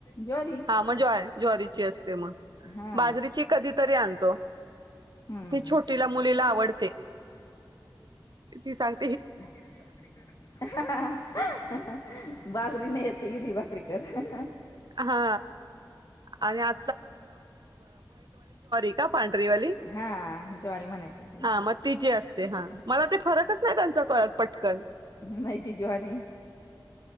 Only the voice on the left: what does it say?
ज्वारी
हा
हम्म
<unintelligible> बाजरी नाहीय ती हिरवी भाकरी कर. कर. <unintelligible>
हा ज्वारी म्हणायचं तिला,
नाही ती ज्वारी.